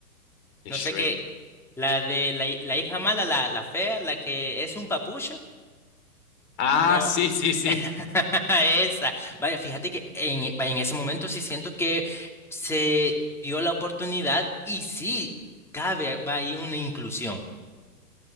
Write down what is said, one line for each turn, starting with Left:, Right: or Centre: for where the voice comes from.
Left: De
Centre: No
Left: Shrek.
Centre: sé qué. La de la, hi- la hija mala, la, la fea, la que es un papucho.
Left: Ah,
Centre: No,
Left: sí, sí, sí.
Centre: <laughs> esa. Vaya, fíjate que en, e- vaya, en ese momento sí siento que se dio la oportunidad y sí cabe, va ahí una inclusión.